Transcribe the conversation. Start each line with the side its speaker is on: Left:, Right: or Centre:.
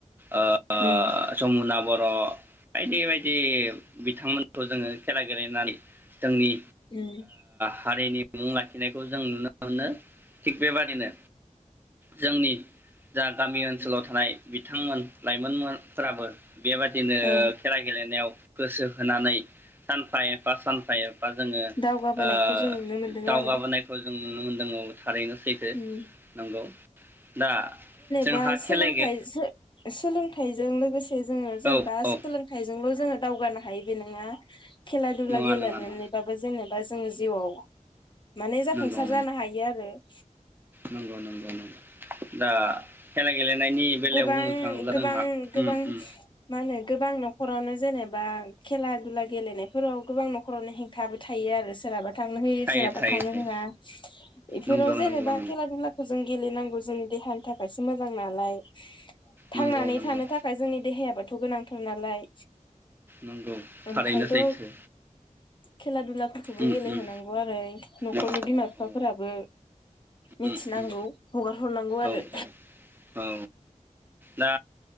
Right: ओ
Left: उम
Right: जमुना बर'। बर' बायदि बायदि बिथांमोनखौ जोङो खेला गेलेनानै जोंनि
Left: उम
Right: हारिनि मुं लाखिनाय खौ जों नुनो मोनो। थिग बेबादिनो, जोंनि दा गामि ओनसोलाव थानाय बिथांमोन लाइमोनफोराबो। बेबादिनो
Left: औ
Right: खेला गेलेनायाव गोसो होनानै सानफा एफा सानफा ए फा जोङो
Left: दावगाबोनायखौ
Right: ओ
Left: जों नुनो मोनदों
Right: दावगाबोनायखौ
Left: आरो
Right: जों नुनो मोनो <unintelligible> थारैनो सैथो
Left: उम
Right: नंगौ दा जोंहा
Left: बा सोलोंथाइ
Right: खेला गे
Left: सो सोलोंथाइ जों लोगोसे जोङो जेनेबा
Right: औ औ
Left: सोलोंथाइजोंल' जोङो दावगानो हायो बे नङा खेला दुला
Right: नङा
Left: गेलेनानैबाबो
Right: नङा नङा
Left: जोङो बा जोङो जिउआव माने जाफुंसार
Right: नंगौ नंगौ
Left: जानो हायो आरो <inaudible>
Right: नंगौ नंगौ नंगौ दा खेला गेलेनायनि बेलायाव
Left: गोबां
Right: बुंनो थाङोब्ला
Left: गोबां
Right: जोंहा
Left: गोबां
Right: उम उम
Left: मा होनो गोबां न'खर फोरावनो जेनेबा खेला दुला गेलेनायफोराव गोबां न'खरावनो हेंथाबो थायो आरो सोरहाबा थांनो होयो
Right: थायो
Left: सोरहाबा
Right: थायो
Left: थांनो
Right: थायो
Left: होआ बेफोराव
Right: नंगौ
Left: जेनेबा
Right: नंगौ नंगौ
Left: खेला दुलाखौ जों गेलेनांगौ जोंनि देहानि थाखायसो मोजां नालाय
Right: नंगौ
Left: थांनानै
Right: नंगौ
Left: थानो थाखाय जोंनि देहायाबोथ' गोनांथार नालाय
Right: नंगौ थारैनो
Left: ओंखायथ'
Right: सैथो
Left: खेला दुलाखौ खौबो
Right: उम
Left: गेलेहैनांगौ
Right: उम
Left: आरो न'खरनि
Right: औ
Left: बिमा बिफाफोराबो
Right: औ
Left: मिथिनांगौ
Right: उम उम
Left: हगार हरनांगौ आरो
Right: औ औ औ दा